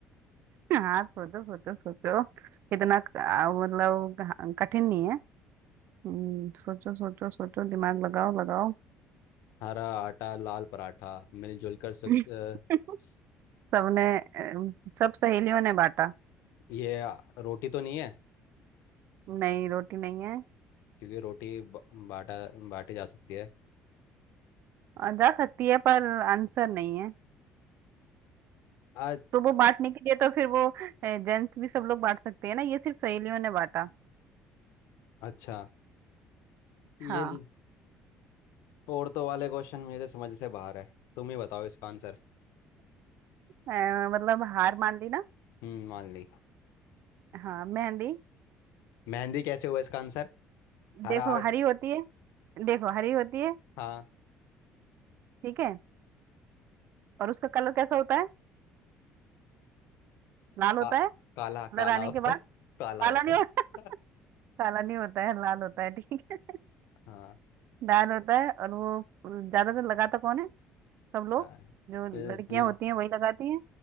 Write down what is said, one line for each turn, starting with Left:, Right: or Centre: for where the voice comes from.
Right: हाँ सोचो सोचो सोचो इतना क- आ, मतलब क- कठिन नहीं है हम्म, सोचो सोचो सोचो दिमाग लगाओ लगाओ
Left: हरा आटा लाल पराठा मिलजुल कर सुख
Right: <laughs>
Left: अ, स-
Right: सबने अम, सब सहेलियों ने बांटा
Left: ये रोटी तो नहीं है
Right: नहीं रोटी नहीं है
Left: क्योंकि रोटी ब- बाटा बाटी जा सकती है
Right: आ, जा सकती है पर आंसर नहीं है
Left: आज
Right: तो वो बांटने के लिए तो फिर वो जेंट्स भी सब लोग बांट सकते हैं ना ये सिर्फ सहेलियों ने बांटा
Left: अच्छा ये
Right: हाँ
Left: ल- औरतों वाले क्वेश्चन मेरे समझ से बाहर है तुम ही बताओ इसका आंसर
Right: अ, मतलब हार मान ली ना
Left: हम्म मान ली
Right: हाँ मेहंदी
Left: मेहंदी कैसे हुआ इसका आंसर हरा
Right: देखो
Left: आर्ट
Right: हरी होती है देखो हरी होती है
Left: हाँ
Right: ठीक है और उसका कलर कैसा होता है लाल होता
Left: का,
Right: है
Left: काला
Right: कलर
Left: काला
Right: आने
Left: होता
Right: के बाद
Left: है <laughs> काला
Right: काला
Left: होता
Right: नहीं
Left: है
Right: होता
Left: <laughs>
Right: काला नहीं होता है लाल होता है ठीक है
Left: हाँ
Right: लाल होता है और वो ज्यादातर लगाता कौन है सब लोग
Left: हाँ
Right: जो
Left: ल-
Right: लड़कियां
Left: ल-
Right: होती हैं वही लगाती हैं